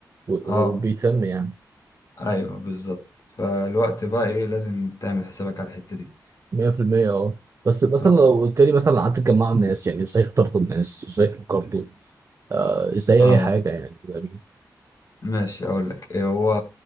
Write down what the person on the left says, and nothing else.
اه
ايوه بالظبط فالوقت بقى ايه لازم تعمل حسابك على الحتة دي
اه
اه
ماشي اقول لك إيه هو